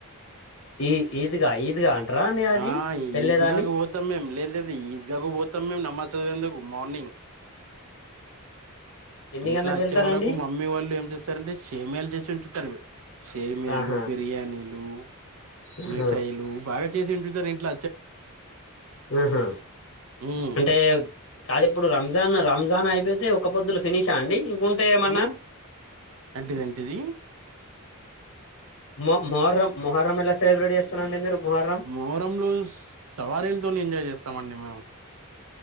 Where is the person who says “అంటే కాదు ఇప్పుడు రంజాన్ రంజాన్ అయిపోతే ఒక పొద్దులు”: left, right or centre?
Left